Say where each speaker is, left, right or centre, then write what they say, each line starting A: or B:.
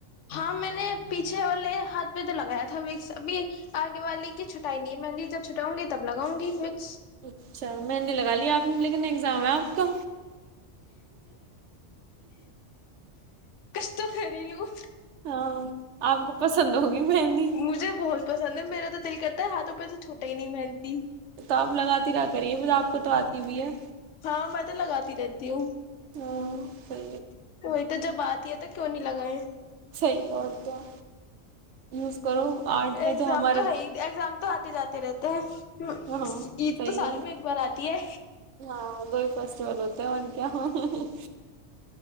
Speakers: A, on the left; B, on the right.
A: ہاں میں نے پیچھے والے ہاتھ پہ تو لگایا تھا مکس ابھی آگے والی کی چھٹائی نہیں ہے میں جب چھٹاؤں گی تب لگؤں گی مکس
B: اچھا مندی لگا لی آپ نے لیکن ایگزام ہے آپ کا
A: کچھ تو خری لو
B: ہاں آپ کو پسند ہوگی مہندی
A: مجھے بہت پسند ہے میرا تو دل کرتا ہے ہاتھوں ک تو چھوٹٹی ہی نہیں مہنتی
B: تو آپ لگاتی رہا کریے ب آپ کو تو آتی بھی ہے
A: ہاں میں تو لگاتی رہتی ہوں
B: ہ <unintelligible> <inaudible>
A: وہی تو جب آتی ہے تو کیوں نہیں لگائے <unintelligible>
B: صحیح اور کیا یوز کرو آرٹ کا
A: ایگزام
B: جو ہمارے
A: تو ہے
B: <unintelligible>
A: ہی ایگزام تو آتے جاتے رہتے ہیں
B: ہاں
A: عید
B: صحیح
A: تو سال
B: ہے
A: میں ایک بار آتی ہے
B: ہاں دو ہی فیسٹیول ہوتے ہیں اور کیا <unintelligible>